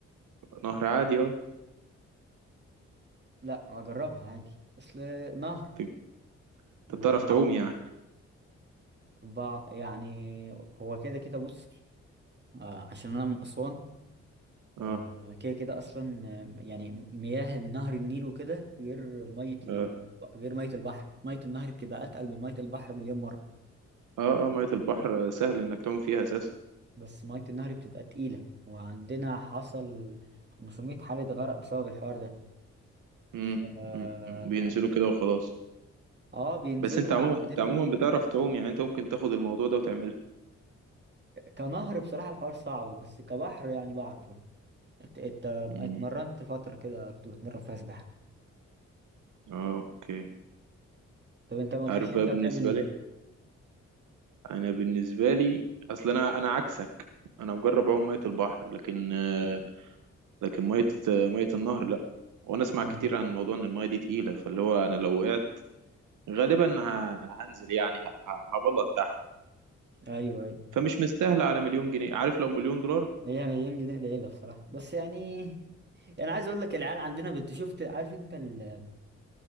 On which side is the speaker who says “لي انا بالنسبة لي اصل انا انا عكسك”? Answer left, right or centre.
Right